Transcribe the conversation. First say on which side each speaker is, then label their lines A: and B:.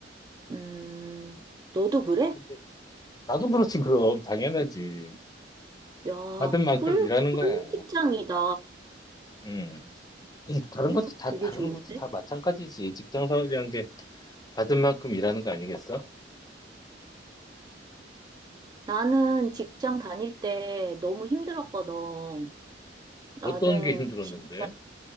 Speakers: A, on the right (about 20°); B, on the left (about 20°).
A: 음, 너도 그래?
B: 근데 나도 그렇지, 그럼. 당연하지.
A: 야,
B: 받은 만큼
A: 꿀,
B: 일하는 거야.
A: 꿀 직장이다.
B: 음. 이 다른
A: 음,
B: 것도 다,
A: 되게
B: 다른
A: 좋은데?
B: 것도 다 마찬가지지. 직장 생활이란 게 받은 만큼 일하는 거 아니겠어?
A: 나는 직장 다닐 때 너무 힘들었거든.
B: 음.
A: 나는
B: 어떤 게 힘들었는데?
A: 진짜